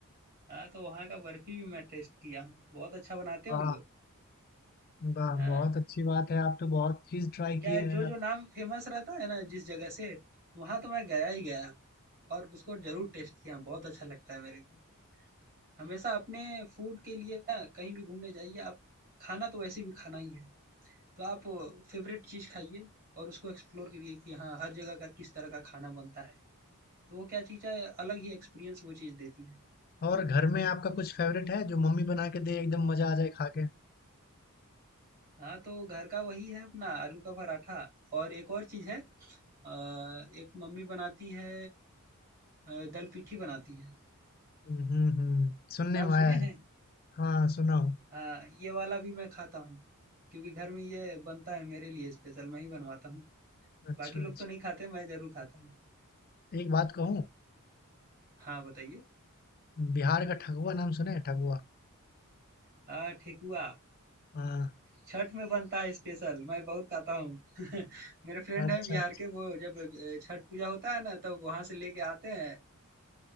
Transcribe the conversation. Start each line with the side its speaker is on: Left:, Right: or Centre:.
Right: हाँ तो वहाँ का बर्फी भी मैं टेस्ट किया हूँ बहुत अच्छा बनाते हैं
Left: वाह
Right: उन लोग
Left: वाह
Right: हाँ
Left: बहुत अच्छी बात है आप तो बहुत चीज़ ट्राई
Right: क्या
Left: किए
Right: है,
Left: हैं
Right: जो जो
Left: आप
Right: नाम फेमस रहता है ना जिस जगह से वहाँ तो मैं गया ही गया और उसको जरूर टेस्ट किया बहुत अच्छा लगता है मेरे को हमेशा अपने फूड के लिए ना कहीं भी घूमने जाइए आप खाना तो वैसे भी खाना ही है तो आप फेवरेट चीज़ खाइए और उसको एक्सप्लोर करिए कि हाँ हर जगह का किस तरह का खाना बनता है तो वो क्या चीज़ है अलग ही एक्सपीरियंस वो चीज़ देती है
Left: और घर में आपका कुछ फेवरेट है जो मम्मी बना के दे एकदम मज़ा आ जाए खा के
Right: हाँ तो घर का वही है अपना आलू का पराठा और एक और चीज़ है अ, एक मम्मी बनाती है अ, दल पिठी बनाती है
Left: हम्म हम्म हम्म, सुनने
Right: नाम
Left: में
Right: सुने
Left: आया है
Right: हैं
Left: हाँ सुना हूँ
Right: हाँ ये वाला भी मैं खाता हूँ क्योंकि घर में ये बनता है मेरे लिए स्पेशल मैं ही बनवाता हूँ
Left: अच्छा
Right: बाकी लोग
Left: अच्छा
Right: तो नहीं खाते मैं जरूर खाता हूँ
Left: एक बात कहूँ
Right: हाँ बताइए
Left: बिहार का ठगुआ नाम सुने हैं ठगुआ
Right: हाँ ठेकुआ
Left: हाँ
Right: छठ में बनता है स्पेशल मैं बहुत खाता हूँ <laughs> मेरे फ्रेंड
Left: राजस्थान
Right: हैं बिहार के वो जब अ, छठ पूजा होता है ना तब वहां से लेके आते हैं